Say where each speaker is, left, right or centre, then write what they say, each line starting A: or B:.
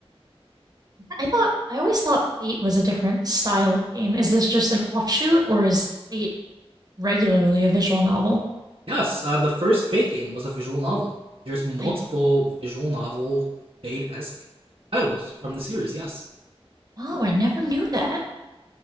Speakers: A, on the right (about 40°); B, on the right (about 60°).
A: I thought, I always thought Fate was a different style of game. Is this just an offshoot or is Fate regularly a visual novel?
B: Yes, uh, the first Fate game was a visual novel. There's multiple
A: I,
B: visual novel Fate esque titles from the series. Yes,
A: oh, I never knew that.